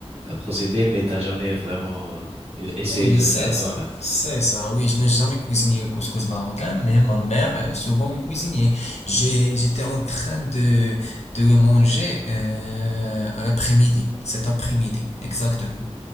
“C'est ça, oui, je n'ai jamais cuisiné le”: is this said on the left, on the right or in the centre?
Left